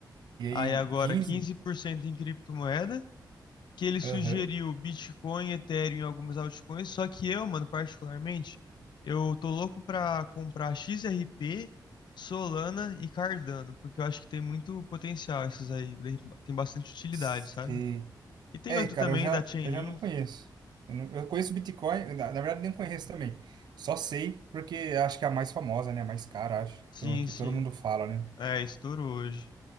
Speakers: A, on the right; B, on the left.
A: e aí
B: Aí agora
A: 15?
B: 15% em criptomoeda que ele sugeriu
A: Aham.
B: Bitcoin, Ethereum e algumas altcoins, só que eu, mano, particularmente, eu tô louco pra comprar XRP, Solana e Cardano, porque eu acho que tem muito potencial essas aí, daí tem bastante utilidade,
A: Se...
B: sabe? E tem
A: É,
B: outra
A: cara,
B: também
A: eu já,
B: da Chainlink,
A: eu já não conheço. Eu, não- eu conheço Bitcoin, na, na verdade nem conheço também. Só sei porque acho que é a mais famosa, né? A mais cara, acho.
B: sim,
A: Então aqui
B: sim,
A: todo mundo fala, né?
B: é, estourou hoje.